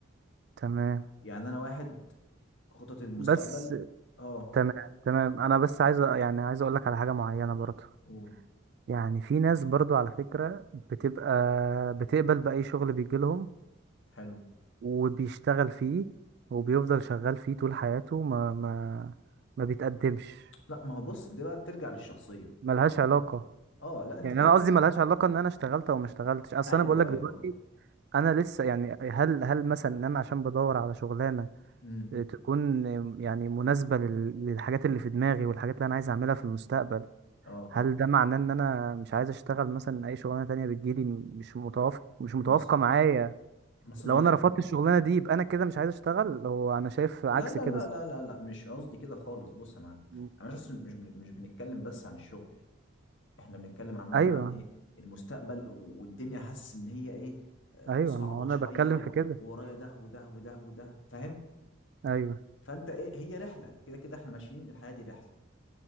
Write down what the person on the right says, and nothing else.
تمام
بس
تمام تمام انا بس عايز أ- يعني عايز اقول لك على حاجه معينه
برضه
يعني في ناس برضو على فكرة بتبقى بتقبل بأي شغل بيجيلهم
وبيشتغل فيه وبيفضل شغال فيه طول حياته ما ما ما بيتقدمش
ملهاش
علاقة
يعني
انا
قصدي ملهاش علاقة ان انا اشتغلت او ما اشتغلتش اصل
انا بقولك دلوقتي
انا لسه يعني هل هل مثلا ان انا عشان بدور على شغلانة
تكون يعني مناسبة لل- للحاجات اللي في دماغي والحاجات اللي انا عايز اعملها في المستقبل
هل ده معناه ان انا مش عايز اشتغل مثلا اي شغلانة تانية بتجيلي مش متوافق مش متوافقة
معايا
لو
انا
رفضت
الشغلانة دي يبقى انا كده مش عايز اشتغل هو انا شايف عكس
كده
مم.
ايوه
ايوه
ما هو انا
بتكلم
في كده
ايوه